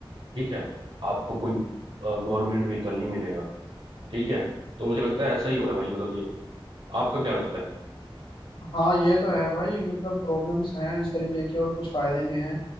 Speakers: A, on the right; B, on the left.
A: ठीक है आपको कोई गवर्नमेंट व्हीकल नहीं मिलेगा ठीक है तो मुझे लगता है ऐसा ही हो रहा है भाई मतलब ये आपका क्या लगता है
B: हाँ ये तो है भाई मतलब प्रॉब्लम्स हैं इस तरीके के और कुछ फायदे भी हैं